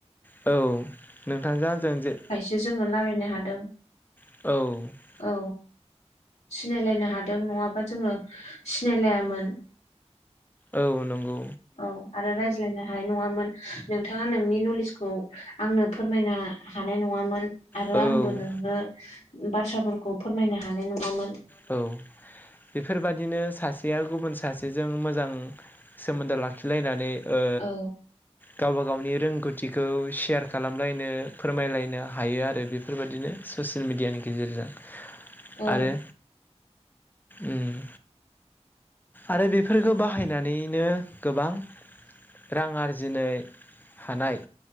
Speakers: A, on the left; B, on the left.
A: औ नोंथांजों जों जे
B: बि जोंनो रायलायनो हादों।
A: औ।
B: औ सिनायलायनो हादों नङाबा जोङो सिनायलायामोन।
A: औ नंगौ।
B: औ आरो रायज्लायनो। हानाय नङामोन नोंथाङा नोंनि नलेजखौ आंनो फोरमायनो हानाय नङामोन। आरो
A: औ
B: आंबो नोंनो बाथ्राफोरखौ फोरमायनो हानाय नङामोन।
A: औ। बेफोर बादिनो सासेया गुबुन सासेजों मोजां सोमोन्दो लाखिलायनानै। ओ
B: औ
A: गावबा गावनि रोंगौथिखौ सेयार खालामलायनो फोरमायलायनो हायो आरो बे बेफोर बायदिनो ससियेल मिडियानि गेजेरजों
B: औ
A: आरो ओम आरो बेफोरखौ बाहायनानैनो गोबां। रां आरजिनो हानाय